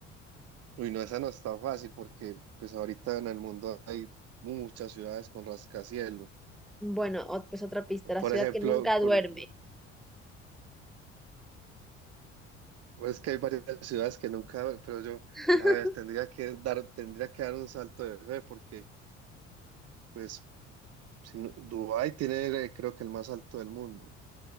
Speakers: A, on the right; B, in the centre.
A: Uy, no, esa no es tan fácil porque pues ahorita en el mundo hay muchas ciudades con rascacielos.
B: Bueno, ot- pues otra pista, la
A: Por
B: ciudad
A: ejemplo,
B: que nunca duerme.
A: por- Pues que hay varias ciudades que nunca, pero yo,
B: <laughs>
A: a ver, tendría que dar, tendría que dar un salto de fe porque, pues, si no- Dubái tiene, eh, creo que el más alto del mundo,